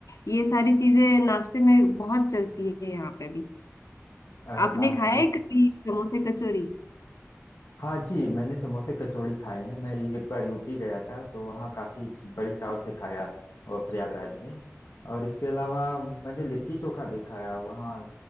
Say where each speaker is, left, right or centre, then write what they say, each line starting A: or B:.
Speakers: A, on the left; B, on the left.
A: ये सारी चीजें नाश्ते में बहुत चलती है यहाँ पे भी
B: अरे
A: आपने
B: वाह
A: खाए
B: कि-
A: कभी समोसे कचौरी
B: हाँ जी मैंने समोसे कचौड़ी खाए हैं मैं एक बार यूपी गया था तो वहाँ काफी बड़े चाव से खाया और प्रयागराज में और इसके अलावा मैंने लिट्टी चोखा भी खाया वहाँ